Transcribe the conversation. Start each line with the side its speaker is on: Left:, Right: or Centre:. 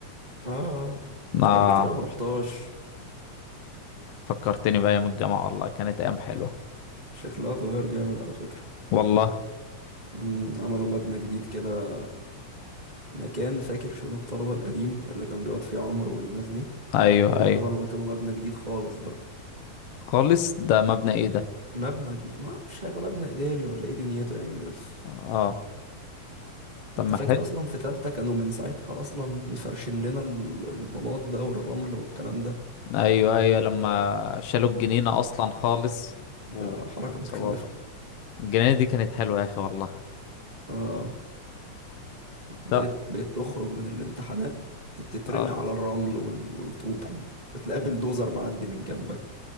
Right: اه
Left: اه
Right: بقالي كتير أوي ما روحتهاش
Left: فكرتني بأيام الجامعة والله كانت أيام حلوة
Right: شكلها اتغير جامد على فكره
Left: والله
Right: امم، عملوا مبنى جديد كده مكان فاكر شؤون الطلبه القديم اللي كان بيقعد فيه عمرو والناس دي
Left: أيوه أيوه
Right: عملوا مكانه مبنى جديد خالص بقى
Left: خالص ده مبنى ايه ده
Right: مبنى كبير ما اعرفش هيبقى مبنى اداري ولا ايه دنيته يعني بس
Left: اه طب
Right: انت
Left: ما
Right: فاكر
Left: حلو
Right: اصلا في تالتة كانوا من ساعتها اصلا فرشين لنا ال- البلاط ده والرمل والكلام ده
Left: أيوه أيوه لما شالوا الجنينة أصلا خالص
Right: ده
Left: و...
Right: حركة
Left: وسواها
Right: متكلفة
Left: الجنينة دي كانت حلوة يا أخي والله
Right: اه بقيت
Left: لا
Right: بقيت تخرج من الامتحانات تترمي
Left: اه
Right: على الرمل وال- والطوب بتقابل دوزر معدي من جنبك